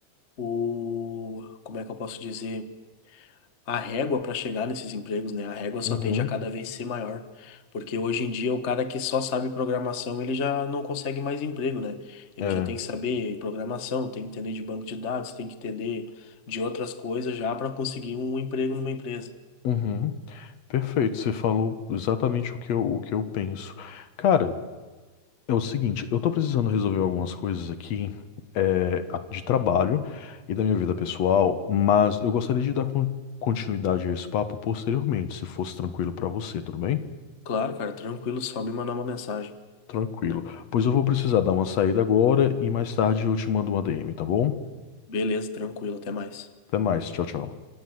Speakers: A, on the left (about 40°); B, on the left (about 65°).
A: o, como é que eu posso dizer? a régua para chegar nesses empregos, né? A régua só
B: Uhum.
A: tende a cada vez ser maior, porque hoje em dia o cara que só sabe programação, ele já não consegue mais emprego, né? Ele
B: É.
A: já tem que saber programação, tem que entender de banco de dados, tem que entender de outras coisas já para conseguir um emprego numa empresa.
B: Uhum. Perfeito, você falou exatamente o que eu, o que eu penso. Cara, É o seguinte, eu tô precisando resolver algumas coisas aqui, é, a- de trabalho e da minha vida pessoal, mas eu gostaria de dar con- continuidade a esse papo posteriormente, se fosse tranquilo pra você, tudo bem?
A: Claro, cara, tranquilo, só me mandar uma mensagem.
B: Tranquilo. Pois eu vou precisar dar uma saída agora e mais tarde eu te mando um ADM, tá bom?
A: Beleza, tranquilo, até mais.
B: Até mais, tchau, tchau.